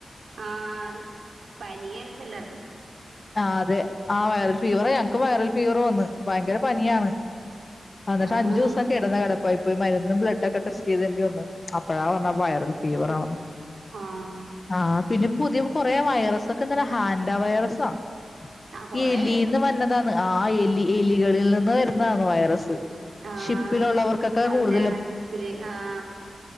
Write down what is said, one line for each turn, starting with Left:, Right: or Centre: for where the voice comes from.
Right: ആണ് പനിയാണ് ഇപ്പ എല്ലാടത്തും,
Left: ആഹ് അതെ ആഹ് വൈറൽ ഫീവറ് ഞങ്ങക്ക് വൈറൽ ഫീവറ് വന്ന് ഭയങ്കര പനിയാണ്, അന്നട്ട്
Right: ആഹ്
Left: അഞ്ചൂസ് സം കിടന്ന കെടപ്പായി പോയി മരുന്നും ബ്ലഡ്ഡോക്കെ ടെസ്റ്റ് ചെയ്തേണ്ടി വന്ന്. അപ്പഴാ പറഞ്ഞേ വൈറൽ ഫീവറാണെന്ന്
Right: ആണൊ
Left: ആഹ് പിന്നെ ഇപ്പ പുതിയ കൊറെ വൈറസൊക്കെ ഇന്നലെ ഹാൻഡ വൈറസൊ
Right: ആഹ് കൊറേ
Left: ഈ എലീന്ന്
Right: ഇണ്ട്
Left: വരുന്നതാണ് ആഹ് എലി എലികളിൽ നിന്ന് വരുന്ന ആന്ന് വൈറസ്
Right: ആഹ്
Left: ഷിപ്പിലുള്ളവർക്കൊക്കെ
Right: അവിടെ
Left: കൂടുതലും
Right: ആ ഷിപ്പില് ആഹ്